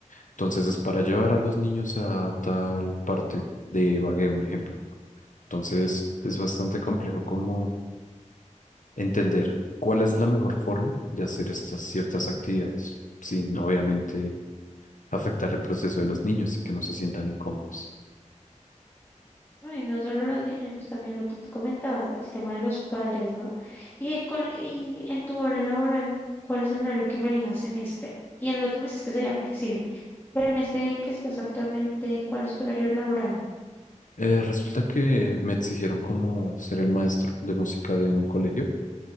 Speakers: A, on the left; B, on the left.
A: Entonces es para llevar a los niños a tal parte de Ibagué, un ejemplo. Entonces es bastante complejo como entender cuál es la mejor forma de hacer estas ciertas actividades, sin obviamente afectar el proceso de los niños y que no se sientan incómodos.
B: No, y no solo los niños, también lo que tú comentabas, el tema de los padres, ¿no? Y, con, y en tu hora laboral, ¿cuál es el horario que manejas en este? Y en el otro me dices que sería flexible. Pero en este que estás actualmente, ¿cuál es tu horario laboral?
A: Eh, resulta que me exigieron como ser el maestro de música de un colegio